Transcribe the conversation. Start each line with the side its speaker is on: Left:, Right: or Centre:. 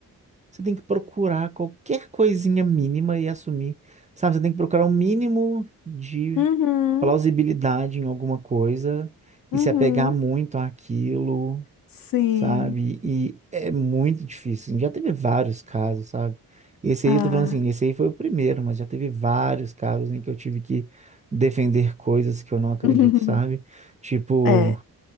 Right: você tem que procurar qualquer coisinha mínima e assumir, sabe? Você tem que procurar o um mínimo de
Left: Uhum,
Right: plausibilidade em alguma coisa e
Left: uhum,
Right: se apegar muito àquilo.
Left: sim.
Right: sabe? E é muito difícil. assim, Já teve vários casos, sabe? Esse
Left: Ah.
Right: aí, eu tô falando assim, esse aí foi o primeiro, mas já teve vários casos em que eu tive que defender coisas que eu não acredito,
Left: <laughs>
Right: sabe? Tipo,
Left: É,